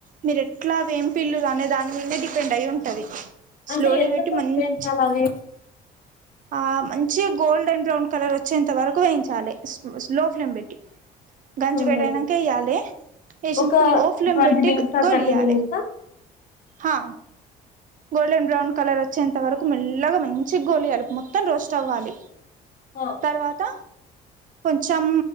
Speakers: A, on the right; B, on the left.
A: మీరు ఎట్లా వెంపిల్లు అనే దాని మీదే డిపెండ్ అయి ఉంటది.
B: అంటే
A: స్లోలీ
B: ఎంత
A: పెట్టి
B: సెప్
A: మంచి
B: వెంచాలి అవి
A: ఆ మంచిగా గోల్డెన్ బ్రౌన్ కలర్ వచ్చేంత వరకు వేయించాలి. లో ఫ్లేమ్ పెట్టి గంజి వేడయినంక
B: లేదు
A: వేయ్యాలె వేసిన
B: ఒక
A: తర్వాత లో ఫ్లేమ్
B: ట్వంటీ
A: పెట్టి
B: మినిట్స్
A: గొ గోలియ్యాలె
B: థర్టీ మినిట్స్
A: హా గోల్డెన్ బ్రౌన్ కలర్ వచ్చేంత వరకు మెల్లగా మంచి గోలియాలే మొత్తం రోస్ట్ అవ్వాలి.
B: హ
A: తర్వాత చం